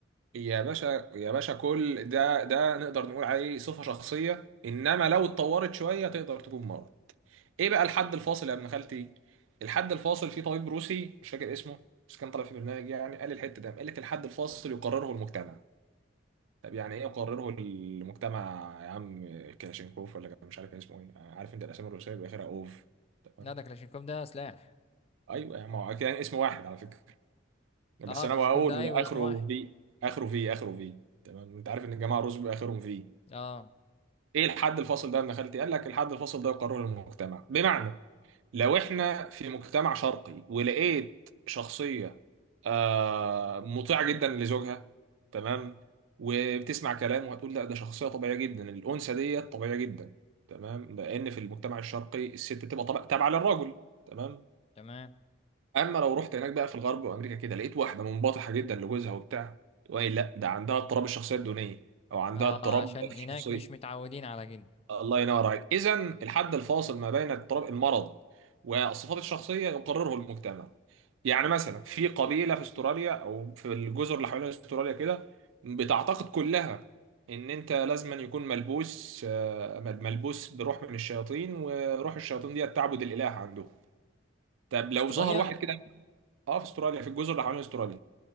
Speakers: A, on the right; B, on the left.
A: يا باشا يا باشا كل ده ده نقدر نقول عليه صفة شخصية انما لو اتطورت شوية تقدر تكون مرض ايه بقى الحد الفاصل يا ابن خالتي الحد الفاصل في طبيب روسي مش فاكر اسمه بس كان طالع في برنامج يعني قال الحتة ده قال لك الحد الفاصل يقرره المجتمع طب يعني ايه يقرره المجتمع يا عم كلاشينكوف ولا كان مش عارف كان اسمه ايه عارف انت الاسامي الروسية بيبقى اخرها اوف تمام
B: لا ده كلاشينكوف ده سلاح
A: ايوه يا عم هو كان اسم واحد على فكرة بس
B: اه
A: انا
B: كلاشينكوف
A: بقول
B: ده
A: هو
B: ايوه
A: اخره
B: اسم واحد
A: في اخره في اخره في تمام انت عارف ان الجماعه الرز بيبقى اخرهم في
B: اه
A: ايه الحد الفاصل ده يا ابن خالتي قال لك الحد الفاصل ده قرار المجتمع بمعنى لو احنا في مجتمع شرقي ولقيت شخصيه آه مطيعه جدا لزوجها تمام وبتسمع كلامه هتقول لا ده شخصيه طبيعيه جدا الانثى ديت طبيعيه جدا تمام لان في المجتمع الشرقي الست بتبقى طبع- تابعه للراجل تمام
B: تمام
A: اما لو رحت هناك بقى في الغرب وامريكا كده لقيت واحده منبطحه جدا لجوزها وبتاع تقول لي لا ده عندها اضطراب الشخصيه الدونيه او عندها
B: اه
A: اضطراب
B: عشان
A: الشخصيه
B: هناك مش متعودين على كده
A: الله ينور عليك اذا الحد الفاصل ما بين اضطراب المرض والصفات الشخصيه يقرره المجتمع يعني مثلا في قبيله في استراليا او في الجزر اللي حوالين استراليا كده بتعتقد كلها ان انت لازم أن يكون ملبوس آه، ملبوس بروح من الشياطين وروح الشياطين دي تعبد الاله عنده طب
B: في
A: لو
B: استراليا
A: ظهر واحد كده اه في استراليا في الجزر اللي حوالين استراليا